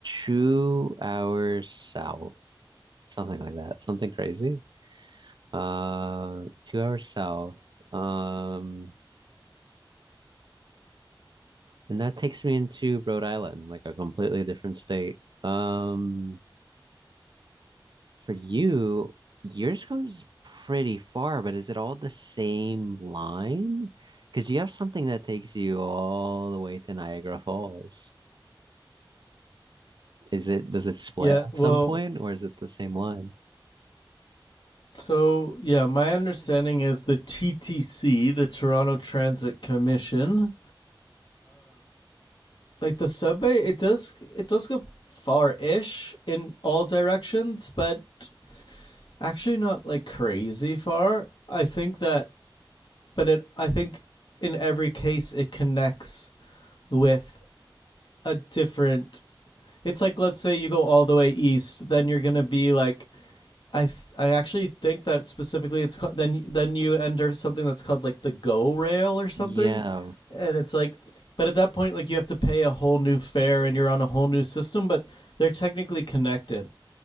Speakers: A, on the right (about 60°); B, on the left (about 65°).
A: two hours south, something like that, something crazy. Uh, two hours south. Um, and that takes me into Rhode Island, like a completely different state. Um, For you, yours goes pretty far, but is it all the same line? Because you have something that takes you all the way to Niagara Falls. Is it, does it split
B: Yeah,
A: at
B: well,
A: some Well, point or is it the same line?
B: so yeah, my understanding is the TTC, the Toronto Transit Commission, like the subway, it does it does go far-ish in all directions, but actually not like crazy far. I think that, but it I think in every case it connects with a different. It's like let's say you go all the way east, then you're gonna be like I th- I actually think that specifically it's called, then then you enter something that's called like the go rail or something,
A: Yeah.
B: and it's like, but at that point like you have to pay a whole new fare and you're on a whole new system, but they're technically connected.